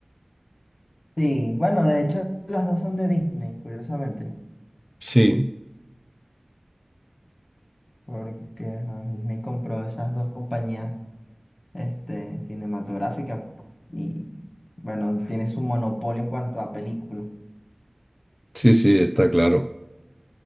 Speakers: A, on the left (about 75°); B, in the centre.
A: Sí, bueno, de hecho, las dos son de Disney, curiosamente,
B: Sí,
A: porque ajá, Disney compró esas dos compañías, este, cinematográficas y, bueno, tiene su monopolio en cuanto a películas.
B: sí, sí, está claro.